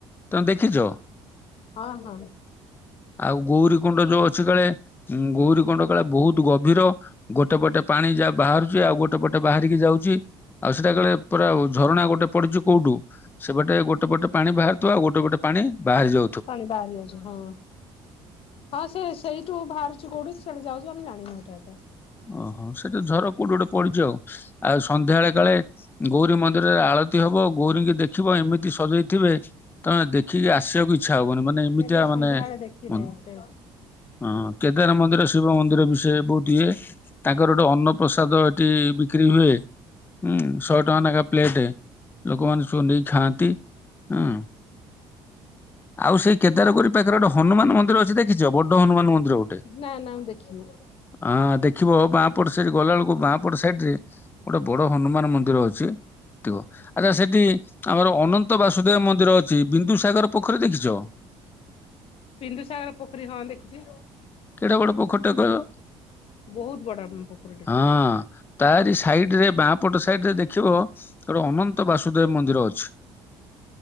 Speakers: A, on the left; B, on the left.
A: ତମେ ଦେଖିଛ।
B: ହଁ ହଁ।
A: ଆଉ ଗୌରୀ କୁଣ୍ଡ ଯୋଉ ଅଛି କାଳେ ଗୌରୀ କୁଣ୍ଡ କାଳେ ବହୁତ ଗଭୀର। ଗୋଟେ ପଟେ ପାଣି ଯା ବାହାରୁଛି ଆଉ ଗୋଟେ ପଟେ ବାହାରିକି ଯାଉଛି। ଆଉ ସେଟା କାଳେ ପୁରା ଅ ଝରଣା ଗୋଟେ ପଡିୁଛି କୋଉଠୁ ସେବାଟେ ଗୋଟେ ପଟେ ପାଣି ବାହାରୁଥିବ ଆଉ ଗୋଟେ ପଟେ ପାଣି ବାହାରିଯିବ।
B: ପାଣି ବାହାରି ଯାଉଛି ହଁ। ହଁ ସେ ସେଇଠୁ ବାହାରୁଛି କୋଉଠି ସେଆଡେ ଯାଉଛି ଆମେ ଜାଣିନି ଏଟା ଏତେ।
A: ଅହ ସେଟି ଝର କୋଉଠି ଗୋଟେ ପଡିଛି ଆଉ ଆଉ ସନ୍ଧ୍ୟାବେଳେ କାଳେ ଗୌରୀ ମନ୍ଦିରରେ ଆଳତୀ ହବ ଗୌରୀଙ୍କୁ ଦେଖିବ ଏମିତି ସଜେଇଥିବେ ତମେ ଦେଖିକି ଆସିବାକୁ ଇଚ୍ଛା ହବନି ମାନେ ଏମିତିଆ
B: କେବେ ସନ୍ଧ୍ୟାବେଳେ
A: ମାନେ କହନି।
B: ଦେଖିନି ସେ
A: ହଁ କେଦାର ମନ୍ଦିର ଶିବ ମନ୍ଦିର ବିଷୟରେ ବହୁତ୍ ଇଏ। ତାଙ୍କର ଗୋଟେ ଅନ୍ନପ୍ରସାଦ ଏଠି ବିକ୍ରି ହୁଏ ହୁଁ ଶହେ ଟଙ୍କା ନାକା ପ୍ଲେଟ ଲୋକମାନେ ସବୁ ନେଇକି ଖାଆନ୍ତି ହୁଁ। ଆଉ ସେଇ କେଦାରଗୌରୀ ପାଖରେ ଗୋଟେ ହନୁମାନ ମନ୍ଦିର ଅଛି ଦେଖି କିଚ ବଡ଼ହନୁମାନ ମନ୍ଦିର ଗୋଟେ
B: ନା ନା ମୁଁ ଦେଖିନୁ।
A: ଆଁ ଦେଖ ଦେଖିବ ବାଁପଟ ସେଇଠି ଗଲା ବେଳକୁ ବାଁପଟ ସାଇଡ ରେ ଗୋଟେ ବଡ ହନୁମାନ ମନ୍ଦିର ଅଛି। ଥିବ ଆଚ୍ଛା ସେଠି ଆମର ଅନନ୍ତ ବାସୁଦେବ ମନ୍ଦିର ଅଛି ବିନ୍ଦୁସାଗର ପୋଖରି ଦେଖିଛ।
B: ବିନ୍ଦୁସାଗର ପୋଖରୀ ହଁ ଦେଖିଛି।
A: କେଡେ ବଡ ପୋଖରୀଟେ କହିଲ।
B: ବହୁତ ବଡ ଉଁ ପୋଖରୀଟେ।
A: ହଁ ତାରି ସାଇଡରେ ବାଁ ପଟ ସାଇଡରେ ଦେଖିବ ସେ ଗୋଟେ ଅନନ୍ତ ବାସୁଦେବ ମନ୍ଦିର ଅଛି।